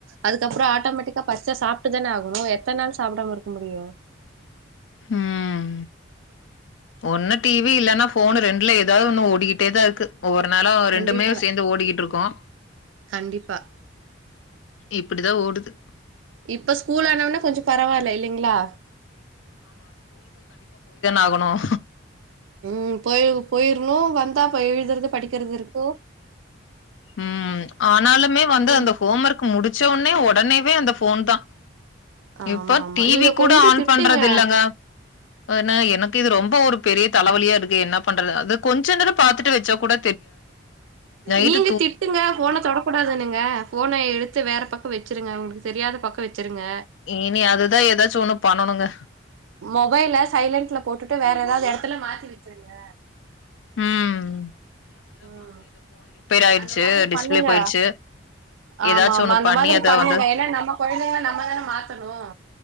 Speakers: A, on the right; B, on the left.
A: அதுக்கப்பறம் ஆட்டோமேட்டிக்கா பசிச்சா சாப்பட்டு தானே ஆகணும் எத்தனை நாள் சாப்படாம இருக்க முடியும்
B: ம் ஒன்னு டிவி இல்லன்னா போன் ரெண்டுல ஏதாவது ஒன்னு ஓடிக்கிட்டே தா இருக்கு ஒவ்வொரு நாளும் இரண்டுமே
A: கண்டிப்பா
B: சேர்ந்து ஓடிக்கிட்டு இருக்கோம்
A: கண்டிப்பா
B: இப்டிதான் ஓடுது
A: இப்ப ஸ்கூல் ஆனவனா கொஞ்சம் பரவாயில்ல இல்லங்களா
B: ஆகணும்
A: ம் போய் போயிரணும் வந்தாப்ப எழுதுறது படிக்க <inaudible> ருக்கோ
B: ம் ஆனாலுமே வந்து
A: ம்
B: அந்த ஹோம் ஒர்க் முடி பச்ச உடனே உடனேவே அந்த போன் தான்
A: ஆமா
B: இப்போ
A: ஆமா
B: டிவி
A: நீங்க
B: கூட
A: கொஞ்சோ
B: ஆன்
A: திட்டுங்க
B: பண்றது இல்லங்க ஆனா எனக்கு இது ரொம்ப ஒரு பெரிய தலைவலியா இருக்கு என்ன பண்றது அது கொஞ்ச நேரம் பாத்துட்டு வச்சா கூட னைட்டு
A: நீங்க திட்டுங்க போனை தொடக்கூடாதுன்னுங்க போனை எடுத்து வேற பக்கம் வச்சுருங்க அவங்களுக்கு தெரியாத பக்கம் வச் வச்சுருங்க
B: இனி அதுதான் ஏதாச்சும் ஒண்ணு பண்ணணுங்க.
A: மொபைல சைலன்ட்ல போட்டுட்டு வேற ஏதாவது இடத்து செல்ல மாத்தி வச்சருங்க
B: உ ஹும்
A: ம்
B: ஆயிடுச்சு,
A: அந்த மாரி
B: டிஸ்பிளே
A: பண்ணுங்க
B: போயிருச்சு. ஏதாச்சும்
A: ஆமா ஆமா
B: ஒண்ணு
A: அந்த
B: பண்ணி
A: மாரி
B: அத
A: பண்ணுங்க
B: வந்து
A: ஏன்னா நம்ம கெழந்தைங்கள நம்மதானே மாத்தணும்